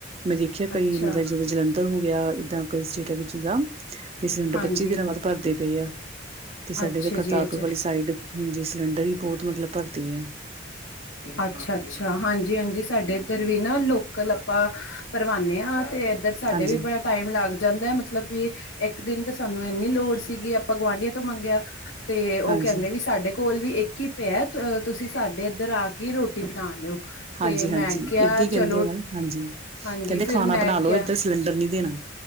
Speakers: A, on the right; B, on the left.
A: ਮੈਂ ਦੇਖਿਆ ਕਈ
B: ਅੱਛਾ
A: ਮਤਲਬ ਜਿੱਦਾਂ ਜਲੰਧਰ ਹੋ ਗਿਆ ਇਏਦਾਂ ਕਈ ਸਟੇਟਾਂ ਵਿੱਚਾਂ ਤੇ ਸਿਲੰਡਰ
B: ਹਾਂਜੀ
A: ਪੱਚੀ ਦਿਨਾਂ ਬਾਅਦ ਭਰਦੇ ਪਏ ਆ ਤੇ ਸਾਡੇ
B: ਅੱਛਾ
A: ਤਾਂ ਕਰਤਾਰ
B: ਜੀ ਅੱਛਾ
A: ਸਾਈਡ ਜੇ ਸਿਲੰਡਰ ਹੀ ਬਹੁਤ ਮਤਲਬ ਭਰਦੀ ਆ।
B: ਅੱਛਾ ਅੱਛਾ ਹਾਂਜੀ ਹਾਂਜੀ ਸਾਡੇ ਇੱਧਰ ਵੀ ਨਾ ਲੋਕਲ ਆਪਾਂ ਪਰਵਾੇ ਹਾਂ ਤੇ ਇੱਧਰ ਸਾਡੇ
A: ਹਾਂਜੀ
B: ਵੀ ਬੜਾ ਟਾਈਮ ਲੱਗ ਜਾਂਦਾ ਮਤਲਬ ਵੀ। ਇੱਕ ਦਿਨ ਤਾਂ ਸਾਨੂੰ ਇੰਨੀ ਲੋੜ ਸੀਗੀ ਆਪਾਂ ਗੁਆਂਢੀਆਂ ਤੋਂ ਮੰਗਿਆ ਤੇ ਉਹ
A: ਹਾਂਜੀ
B: ਕਹਿੰਦੇ ਵੀ ਸਾਡੇ ਕੋਲ ਵੀ ਇੱਕ ਹੀ ਪਿਆ ਤੁਸੀਂ ਸਾਡੇ ਇੱਧਰ ਆ ਕੇ ਰੋਟੀ ਬਣਾ ਲਿਓ। ਤੇ
A: ਹਾਂਜੀ
B: ਮੈਂ
A: ਹਾਂਜੀ
B: ਕਿਹਾ
A: ਇਦਾਂ ਹੀ ਕਹਿੰਦੇ
B: ਚਲੋ
A: ਆ ਮੈਡਮ ਹਾਂਜੀ
B: ਹਾਂਜੀ
A: ਕਹਿੰਦੇ
B: ਫਿਰ
A: ਖਾਣਾ
B: ਮੈਂ
A: ਬਣਾ
B: ਕਿਹਾ।
A: ਲਓ ਇੱਧਰ ਸਿਲੰਡਰ ਨਹੀਂ ਦੇਣਾ